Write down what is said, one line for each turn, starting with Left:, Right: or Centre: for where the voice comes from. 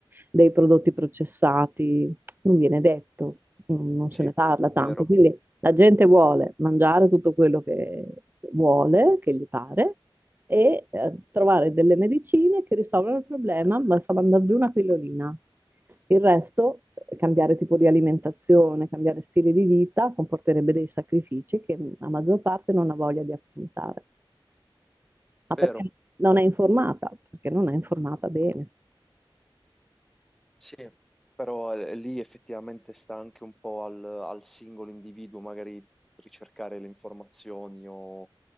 Right: dei prodotti processati. Non viene detto, non non
Centre: Sì,
Right: se ne parla
Centre: vero,
Right: tanto. Quindi la gente vuole mangiare tutto quello che vuole, che gli pare, e eh, trovare delle medicine che risolvono il problema, ma fa mandare giù una pillolina. Il resto, cambiare tipo di alimentazione, cambiare stile di vita, comporterebbe dei sacrifici che la maggior parte non ha voglia di affrontare, ma
Centre: vero.
Right: perché non è informata, perché non è informata bene
Centre: Sì, però eh, lì effettivamente sta anche un po' al, al singolo individuo magari ricercare le informazioni o